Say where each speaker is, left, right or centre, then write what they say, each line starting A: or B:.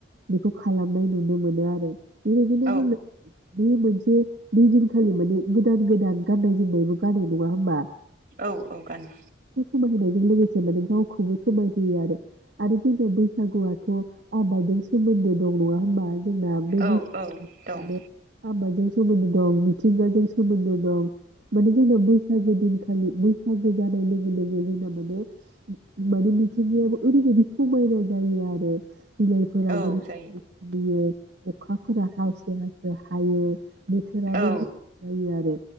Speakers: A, on the right; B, on the right.
A: बेखौ खालामनाय नुनो मोनो आरो। बेबायदिनो
B: औ
A: जों बे मोनसे बे बै दिनखालि माने गोदान गोदान गाननाय जोमनायबो गानो नङा होमबा
B: औ औ गानो।
A: समाय होनायजों लोगोसे लोगोसे गावखौबो समायहोयो आरो आरो जोंना बैसागुआथ' आबादजों सोमोन्दो दं नङा होमबा जोंना बे
B: औ
A: बैसागोआ
B: औ दं
A: माने आबादजों सो सोमोन्दो दं मिथिंगाजों सोमोन्दो दं माने जोंना बैसागो दिनखालि बैसागो जानाय लोगो लोगो जोंना माने माने मिथिंगायाबो ओरैबायदि समायना जायो आरो। बिलाइफोरा
B: औ
A: गोरलै
B: जायो
A: खिलियो अखाफोरा हासो हासो हायो। बोथोराबो
B: औ
A: मोजां जायो आरो